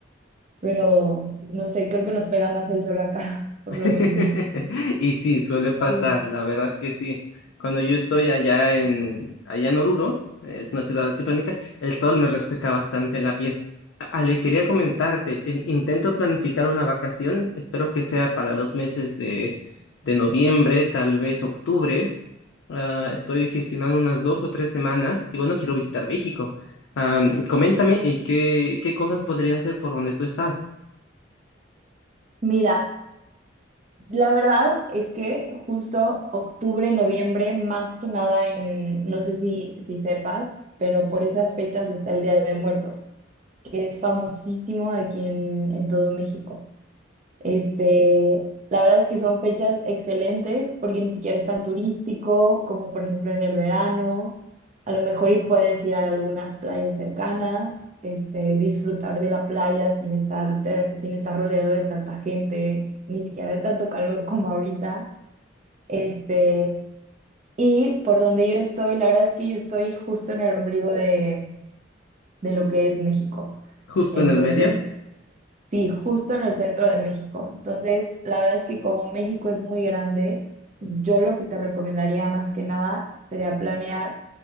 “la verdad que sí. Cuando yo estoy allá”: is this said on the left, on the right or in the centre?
Left